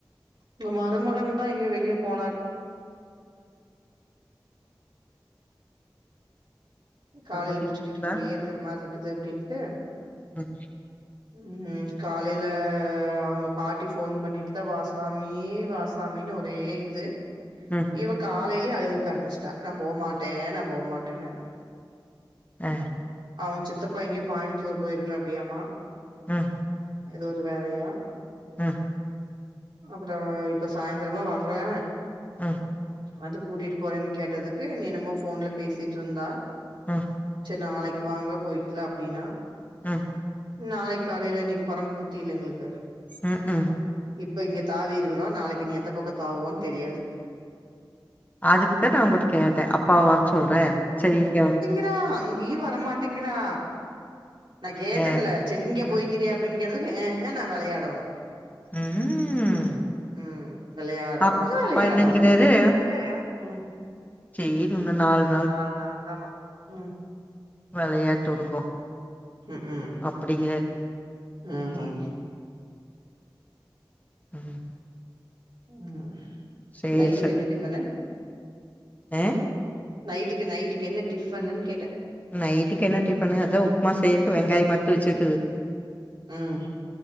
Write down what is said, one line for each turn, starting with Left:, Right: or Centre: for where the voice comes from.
Right: உங்க மருமகன் தா எங்கேயோ வெளியே போனார் காலையில
Left: சம்மந்தி
Right: புடிச்சு
Left: கேக்குதா
Right: வீட்டுக்குள்ளியே இருக்கிற மாரி இருக்குது அப்டின்ட்டு
Left: ம்
Right: ம் காலையில அவங்க பாட்டி ஃபோன் பண்ணிட் டு வா சாமி வா சாமின் ஒரே இது
Left: ம்
Right: இவ காலையிலயே அழுகற்க் ஆரம்பிச்சுட்டா நா போமாட்டே நா போமாட்டேன்னு
Left: அ
Right: அவுங் சித்தப்பா எங்கயோ கோயமுத்தூர் போயிருக்கிறார் அப்டியாமா
Left: ம்
Right: எதோ ஒரு வேலையா
Left: ம்
Right: அப்புறோ இப்ப சாய்ந்திரமா வர்றே
Left: ம்
Right: வந்து கூட்டிட்டு போறேன் கேட்டதுக்கு நீ என்னமோ ஃபோன்ல பேசிட்டு இருந்தா
Left: ம்
Right: நாளக்கி வாங்க போயிக்கலா அப்டின்னா
Left: ம்
Right: நாளைக் காலையில நீ கொரங்கு புத்தி இல்ல எங்களுக்கு
Left: ம் ம்
Right: இப்ப இங்க தாவி இருக்கிறோ நாளைக்கு ன்னி எந்த பக்கோ தாவுவோன் தெரியாது
Left: அதுக்கு தா நா உங்கட்ட கேட்டே அப்பாவ வர சொல்றே சரி இங்க
Right: தா அங்கியு வரமாட்டேங்கிறா நா கேட்டேன்லே
Left: ஆ
Right: செரி இங்க
Left: ம்
Right: போய்க்கிறியா அப்டின் கேட்டதுக்கு ஏ ஹெ நா வெளையாடணு
Left: ம்
Right: ம் வெளையாடோனு
Left: அப்பா
Right: வெளையாடோனு
Left: என்னங்கிறாரு
Right: அது என்ன
Left: சேரி இன்னோர் நால்
Right: நால் நாள்தானோ ம்
Left: வெளையாட்டு உடுங்கோ
Right: ம் ம்
Left: அப்படிங்கிறர்
Right: ம் ம்
Left: ம்
Right: ம்
Left: சேரி
Right: நைட்டுக்கு என்ன டிஃப்ஃபன்னு
Left: ஏ
Right: நைட்டுக்கு நைட்டுக்கு என்ன டிஃப்பன்னுனு கேட்ட
Left: நைட்டுக்கு என்ன டிஃப்பனு அதா உப்மா செய்றுக்கு வெங்காயம் அற்த்து வெச்சுக்குது
Right: ம்